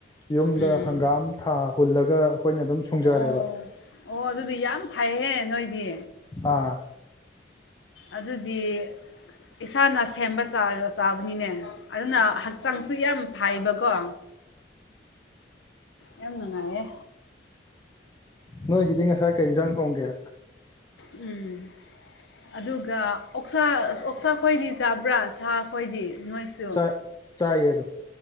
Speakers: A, on the left (about 20°); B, on the left (about 80°).
A: ꯌꯨꯝꯗ
B: ꯎꯝ
A: ꯍꯪꯒꯥꯝ ꯊꯥ ꯍꯨꯜꯂꯒ ꯑꯩꯈꯣꯏꯅ ꯑꯗꯨꯝ ꯁꯨꯡꯖꯔꯦꯕ
B: ꯑꯣ ꯑꯣ ꯑꯗꯨꯗꯤ ꯌꯥꯝ ꯐꯥꯏꯍꯦ ꯅꯣꯏꯗꯤ
A: ꯑ
B: ꯑꯗꯨꯗꯤ ꯏꯁꯥꯅ ꯁꯦꯝꯕ ꯆꯥ ꯆꯥꯕꯅꯤꯅꯦ ꯑꯗꯨꯅ ꯍꯛꯆꯥꯡꯁꯨ ꯌꯥꯝ ꯐꯥꯏꯕꯀꯣ ꯌꯥꯝ ꯅꯨꯡꯉꯥꯏꯌꯦ
A: ꯅꯣꯏꯒꯤꯗꯤ ꯉꯁꯥꯏ ꯀꯩꯖꯡ ꯊꯣꯡꯒꯦ
B: ꯎꯝ ꯑꯗꯨꯒ ꯑꯣꯛꯁꯥ ꯑꯣꯛꯁꯥ ꯈꯣꯏꯗꯤ ꯆꯥꯕ꯭ꯔꯥ ꯁꯥ ꯈꯣꯏꯗꯤ ꯅꯣꯏꯁꯨ
A: ꯆꯥꯛ ꯆꯥꯏꯌꯦ ꯑꯗꯨꯝ